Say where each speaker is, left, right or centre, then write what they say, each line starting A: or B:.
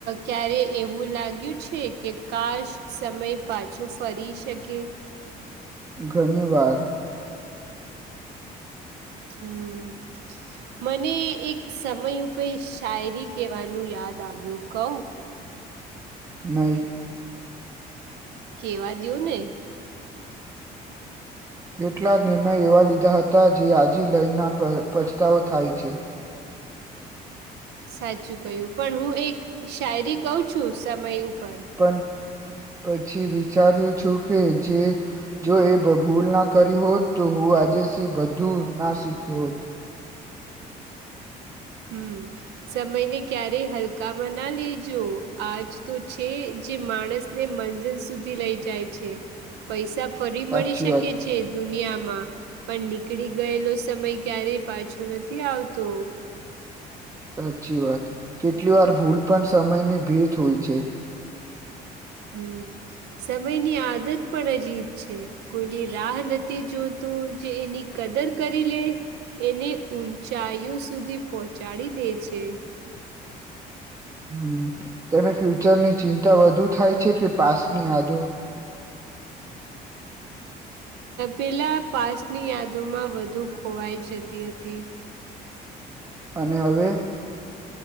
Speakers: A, on the right (about 80°); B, on the right (about 20°).
A: ક્યારે એવું લાગ્યું છે કે કાશ સમય પાછો ફરી શકે.
B: ઘણીવાર
A: હમમ. મને એક સમય ઉપર શાયરી કેવાનું યાદ આવ્યું કવ.
B: નય.
A: કેવા દોને
B: કેટલાક નિર્ણય એવા લીધા હતા જે આજે લઈના પછતાવો થાય છે.
A: સાચું કહ્યું પણ હું એક શાયરી કઉ છું સમય ઉપર
B: પણ પછી વિચાર્યું છું કે જે જો એ ભભૂ ભૂલ ના કરી હોત તો હું આજે બધું ના શીખ્યો હોત.
A: હમમ. સમયને ક્યારે હલકામાં ના લેજો આજ તો છે જે માણસ ને મંઝીલ સુધી લઈ જાય છે પૈસા ફરી
B: સાચી
A: મળી શકે
B: વાત
A: છે. દુનિયામાં પણ નીકળી ગયેલો સમય ક્યારેય પાછો નથી આવતો
B: સાચી વાત કેટલી વાર ભૂલ પણ સમયની ભેત હોય છે
A: હમ સમયની આદત પણ અજીબ છે કોઈની રાહ નથી જોતો જે એની કદર કરી લે એને ઊંચાઈઓ સુધી પહોંચાડી દે છે
B: હમ તને ફ્યુચર ની ચિંતા વધુ થાય છે કે પાસ્ટની આદો
A: પેલા પાચની યાદોમાં વધુ ખોવાઈ જતી હતી
B: અને હવે